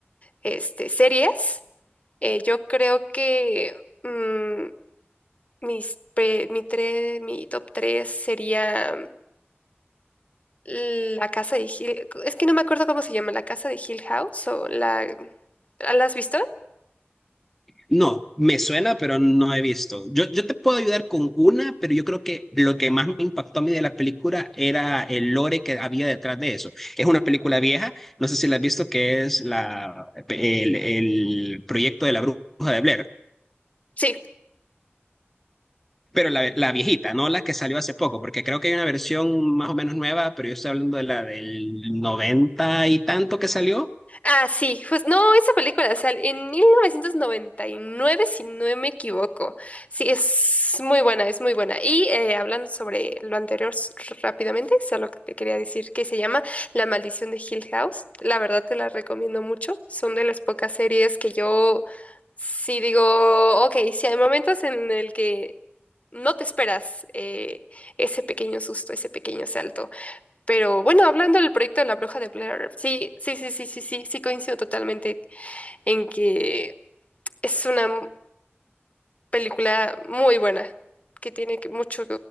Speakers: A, on the left (about 35°); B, in the centre.
A: este, series. Eh, yo creo que... mm, Mis pre- mi, tre- mi top 3 sería la casa de Hill. Es que no me acuerdo cómo se llama, la casa de Hill House o la... ¿La has visto?
B: No, me suena, pero no he visto. Yo, yo te puedo ayudar con una, pero yo creo que lo que más me impactó a mí de la película era el lore que había detrás de eso. Es una película vieja, no sé si la has visto, que es la, el, el proyecto de la bruja de Blair.
A: Sí.
B: Pero la, la viejita, no la que salió hace poco, porque creo que hay una versión más o menos nueva, pero yo estoy hablando de la del noventa y tanto que salió.
A: Ah, sí, pues no, esa película sale en 1999, si no me equivoco. Sí, es muy buena, es muy buena. Y eh, hablando sobre lo anterior s- rápidamente, solo te quería decir que se llama La Maldición de Hill House. La verdad te la recomiendo mucho. Son de las pocas series que yo sí digo, ok, si hay momentos en el que no te esperas eh, ese pequeño susto, ese pequeño salto. Pero bueno, hablando del proyecto de la Bruja de Blair, sí, sí, sí, sí, sí, sí, sí coincido totalmente en que es una m- película muy buena, que tiene que- mucho